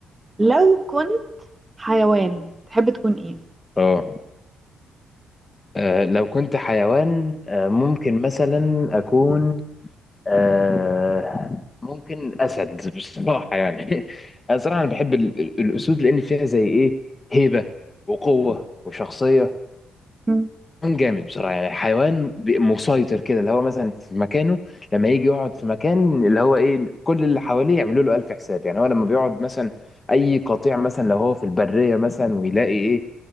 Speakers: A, on the right; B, on the left.
A: لو كنت حيوان تحب تكون ايه؟
B: اه آه، لو كنت حيوان آه، ممكن مثلا أكون آه، ممكن أسد بصراحة يعني <laughs> أنا صراحة أنا بحب ال- ال- الأسود لأن فيها زي إيه هيبة وقوة وشخصية
A: مم.
B: حيوان جامد بصراحة يعني حيوان ب- مسيطر كده اللي هو مثلا في مكانه لما يجي يقعد في مكان اللي هو ايه كل اللي حواليه يعملوا له ألف حساب يعني هو لما بيقعد مثلا أي قطيع مثلا لو هو في البرية مثلا ويلاقي ايه